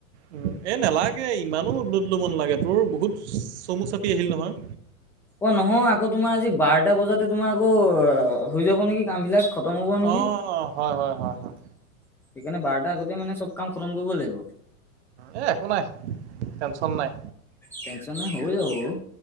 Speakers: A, on the right; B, in the centre.
A: উ এ নালাগে ইমানো লোড লব নালাগে তোৰ বহুত চমু চাপি আহিল নহয়।
B: অ নহয় আকৌ তোমাৰ আজি বাৰটা বজাতে তোমাৰ আকৌ হৈ যাব নেকি কাম বিলাক। খতম হ'ব নেকি
A: অ
B: সেইকাৰণে
A: হয় হয় হয় হয়
B: বাৰটা আগতে মানে চব কাম খতম কৰিব লাগিব।
A: এই একো নাই টেন্যন নাই।
B: টেনচন নাই হ যাব বাৰু।